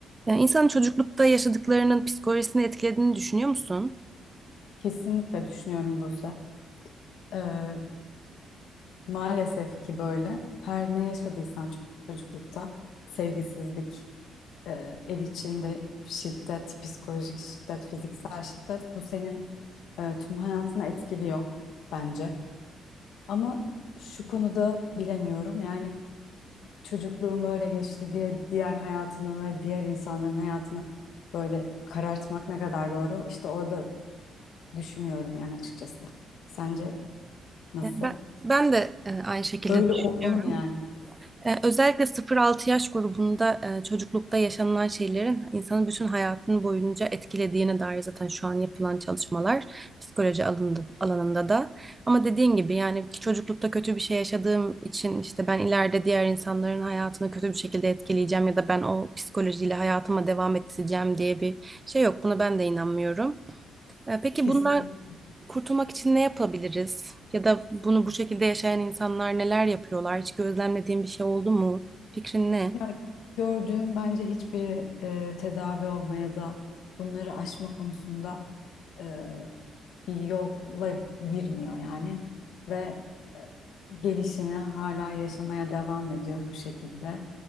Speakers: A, on the right; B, on the left.
A: Yani insanın çocuklukta yaşadıklarının psikolojisini etkilediğini düşünüyor musun?
B: Kesinlikle düşünüyorum Buse. Ee, maalesef ki böyle. Her ne yaşadıysan ço- çocuklukta sevgisizlik, e, ev içinde şiddet, psikolojik şiddet, fiziksel şiddet bu senin e, tüm hayatını etkiliyor bence. Ama şu konuda bilemiyorum. Yani çocukluğum böyle geçti diye diğer hayatını ve diğer insanların hayatını böyle karartmak ne kadar doğru? İşte orada düşünüyorum yani açıkçası. Sence nasıl?
A: Yani ben, ben de e, aynı şekilde
B: Öyle
A: düşünüyorum.
B: olmalı mı yani?
A: Ee, Özellikle sıfır altı yaş grubunda e, çocuklukta yaşanılan şeylerin insanın bütün hayatını boyunca etkilediğine dair zaten şu an yapılan çalışmalar psikoloji alanında, alanında da. Ama dediğin gibi yani ki çocuklukta kötü bir şey yaşadığım için işte ben ileride diğer insanların hayatını kötü bir şekilde etkileyeceğim ya da ben o psikolojiyle hayatıma devam edeceğim diye bir şey yok. Buna ben de inanmıyorum. Ee, Peki
B: Kesinlikle.
A: bunlar Kurtulmak için ne yapabiliriz? Ya da bunu bu şekilde yaşayan insanlar neler yapıyorlar? Hiç gözlemlediğin bir şey oldu mu? Fikrin ne?
B: Ya gördüğüm bence hiçbiri e, tedavi olmaya da bunları aşma konusunda e, bir yolla girmiyor yani ve e, gelişini hala yaşamaya devam ediyor bu şekilde.